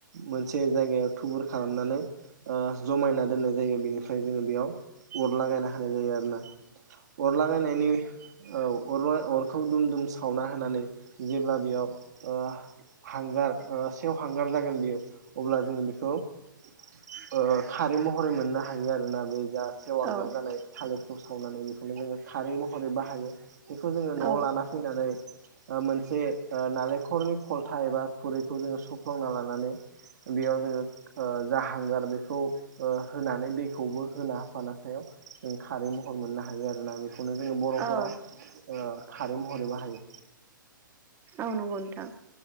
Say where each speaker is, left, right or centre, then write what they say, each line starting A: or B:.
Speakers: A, on the right (about 55°); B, on the right (about 20°).
A: मोनसे जायगायाव थुबुर खालामनानै जमायना दोननाय जायो बेनिफ्राय जोङो बेयाव अर लागायना होनाय जायो आरो ना अनला होनायनि ओ <unintelligible> खौ दुम दुम सावना होनानै जेब्ला बेयाव ओ हांगार सेव हांगार जागोन बियो अब्ला जोङो बेखौ ओ खारै महरै मोननो हायो आरोना बे जा सेवांगार
B: औ
A: जानाय थालिरखौ सावनानै बेखौनो जोङो खारै महरै बाहायो बेखौ जों न'आव
B: औ
A: लाना फैनानै मोनसे नालेंखरनि खलथा एबा खुरैखौ जोङो सौफ्लंना लानानै बेयाव जोङो जा हांगार बेखौ होनानै दैखौबो होना होफाना सायाव जों खारै महर मोननो हायो आरोना बेखौनो जोङो बर'फोरा
B: औ
A: ओ खारै महरै बाहायो।
B: औ नंगौ नोंथां